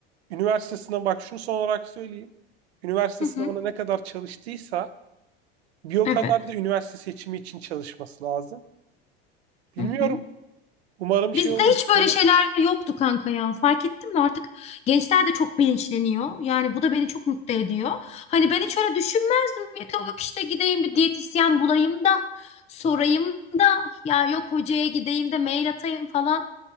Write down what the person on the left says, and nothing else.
Hı
hı.
Evet.
Hı hı.
Bizde
hiç böyle
şeyler
yoktu kanka ya. Fark ettin mi? Artık gençler de çok bilinçleniyor. Yani bu da beni çok mutlu ediyor. Hani ben hiç öyle düşünmezdim. yok Yok işte gideyim bir diyetisyen bulayım da sorayım da ya yok hocaya gideyim de mail atayım falan.